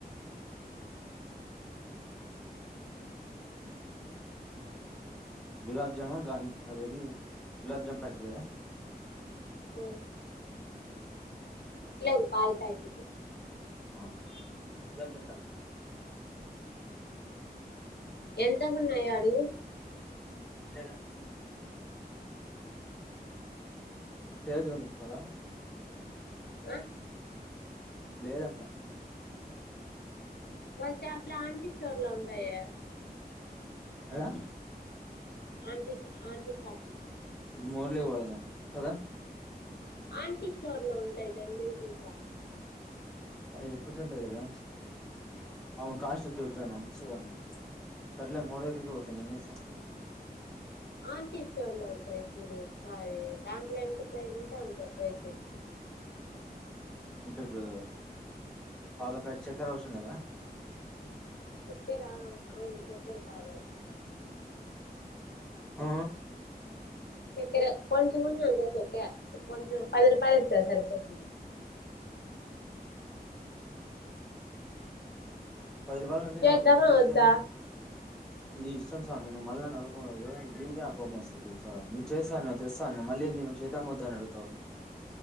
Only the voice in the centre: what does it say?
<inaudible> గులాబ్ జాముగాం అదేది గులాబ్ జాము పెట్ది కదా
ఆ ఒక గులాం జామున్ ప్యాకెట్
లేదా ఏదు వంది సాలా
లేదంట
అదా
మోర్లే పోదా ను కదా
ఎప్పుడు ఉంటారు కదా ఆమ కాష్ట కొతాచ్చద <unintelligible> సరలే మూడు వగకి పోతు ఏం చేస్తా
అంటే ఇప్పుడు పాల ప్యాకెట్ చక్కర అవసరం లేదా
ఆ
పది రూపాయలు అండి
నా ఇల్లుట్లుండి
నీ ఇష్టం స్వామి నువ్వు మళ్ళ న అవుతలేదు దీనిక నాకుఓ వస్తుంది తెలుసా నువ్వు చేస్తానువ్ తెస్తా అన్న అళ్ నేను చేద్దాం వద్దాని అగుతాను